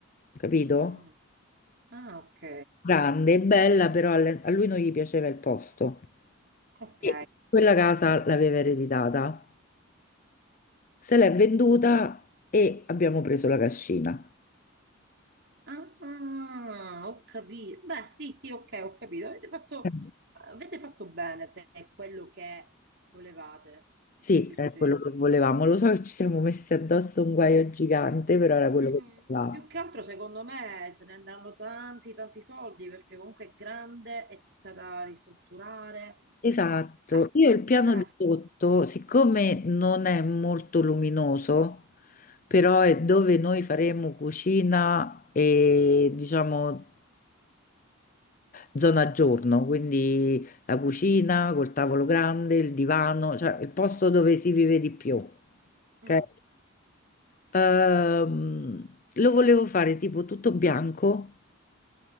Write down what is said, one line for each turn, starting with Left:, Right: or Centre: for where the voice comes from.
Left: capito?
Right: mm. Ah, ok,
Left: grande e bella, però alle- a lui non gli piaceva il posto.
Right: ok.
Left: E quella casa l'aveva ereditata, se l'è venduta e abbiamo preso la cascina.
Right: Ah, ah, ho capito. Beh, sì, sì, ok, ho capito. Avete fatto,
Left: Eh,
Right: avete fatto bene se è quello che volevate.
Left: Sì,
Right: Sì,
Left: è
Right: sì.
Left: quello che volevamo. Lo so che ci siamo messi addosso un guaio gigante, però era
Right: Mm,
Left: quello che volevamo.
Right: più che altro, secondo me, se ne andranno tanti, tanti soldi perché comunque è grande, è tutta da ristrutturare.
Left: Esatto,
Right: Ah,
Left: io il piano
Right: eh,
Left: di sotto, siccome non è molto luminoso, però è dove noi faremo cucina e diciamo zona giorno, quindi la cucina col tavolo grande, il divano, cioè il posto dove si vive di più.
Right: mm,
Left: Ok? Ehm, lo volevo fare tipo tutto bianco,